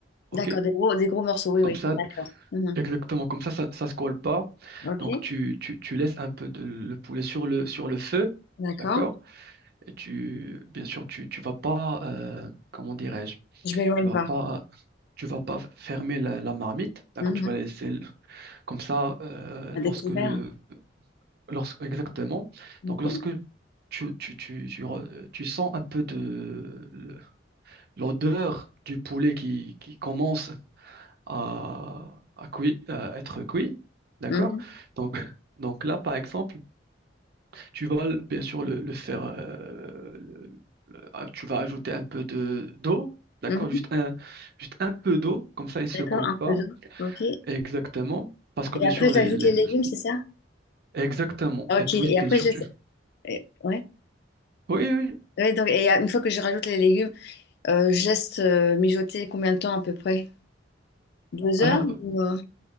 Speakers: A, on the right; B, on the left.
A: OK?
B: d'accord, des gros, des gros morceaux, oui,
A: Comme
B: oui,
A: ça,
B: d'accord. Mhm,
A: Exactement, comme ça, ça, ça se colle pas.
B: Ok,
A: Donc, tu, tu, tu laisses un peu de, le poulet sur le, sur le feu,
B: d'accord,
A: d'accord? Et tu, bien sûr, tu, tu vas pas, euh, comment dirais-je,
B: je m'éloigne
A: tu vas
B: pas.
A: pas, tu vas pas fermer la, la marmite, d'accord?
B: Mhm,
A: Tu vas la laisser le- comme ça, euh,
B: À
A: lorsque,
B: découvert,
A: le- lorsque, exactement.
B: ok.
A: Donc, lorsque tu, tu, tu, tu, re- tu sens un peu de le- l'odeur du poulet qui, qui commence à, à, que- à être cuit, d'accord?
B: Mhm,
A: Donc, <laughs> donc là, par exemple, tu vas le- bien sûr le, le faire, euh, le- le- ah, tu vas ajouter un peu de d'eau, d'accord?
B: mhm,
A: Juste un, juste un peu d'eau, comme ça il se
B: D'accord,
A: colle
B: un
A: pas
B: peu d'eau, ok.
A: exactement, parce que
B: Et
A: bien
B: après,
A: sûr
B: j'ajoute
A: les, les-
B: les légumes, c'est ça?
A: exactement.
B: Ok,
A: Et puis
B: et
A: bien
B: après,
A: sûr
B: je laisse.
A: tu,
B: eh, Ouais.
A: oui oui.
B: Ouais, donc, et une fois que je rajoute les légumes, euh, je laisse euh, mijoter combien de temps à peu près? Deux
A: Alors
B: heures
A: euh,
B: ou euh,